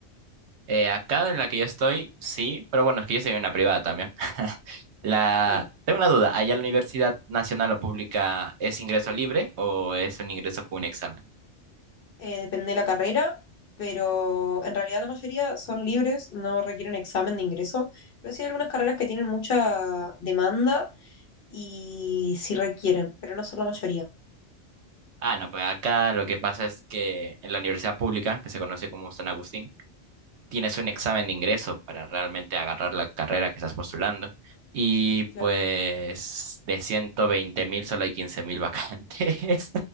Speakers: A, on the right (about 70°); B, on the left (about 55°).
A: Eh, acá en la que yo estoy, sí, pero bueno, es que yo soy una privada también. <laughs> La...
B: claro.
A: Tengo una duda, ¿allá la Universidad Nacional o Pública es ingreso libre o es un ingreso con un examen?
B: eh, depende de la carrera, pero en realidad la mayoría son libres, no requieren examen de ingreso, pero sí hay algunas carreras que tienen mucha demanda y sí requieren, pero no son la mayoría.
A: Ah, no, pues acá lo que pasa es que en la universidad pública, que se conoce como San Agustín, tienes
B: Ujú,
A: un examen de ingreso para realmente agarrar la carrera que estás postulando. Y
B: Claro,
A: pues de ciento veinte mil solo hay quince mil vacantes.